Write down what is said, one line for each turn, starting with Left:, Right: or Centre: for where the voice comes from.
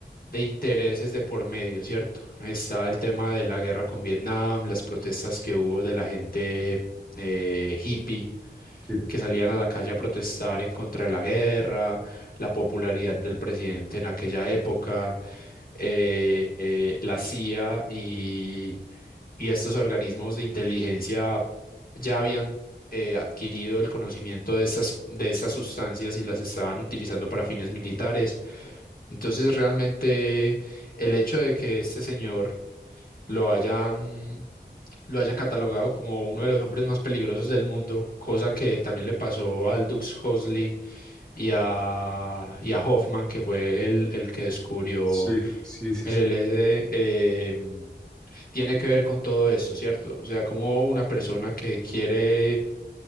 Left: de intereses de por medio, ¿cierto? Estaba el tema de la guerra con Vietnam, las protestas que hubo de la gente eh, hippie
Centre: Sí,
Left: que salían a la calle a protestar en contra de la guerra, la popularidad del presidente en aquella época eh, eh, la CIA y, y estos organismos de inteligencia ya habían eh, adquirido el conocimiento de estas, de estas sustancias y las estaban utilizando para fines militares. Entonces, realmente el hecho de que este señor lo hayan, lo hayan catalogado como uno de los hombres más peligrosos del mundo, cosa que también le pasó a Aldous Huxley y a, y a Hoffman, que fue el, el que descubrió
Centre: sí, sí, sí.
Left: el
Centre: sí.
Left: LSD eh, tiene que ver con todo esto, ¿cierto? O sea, como una persona que quiere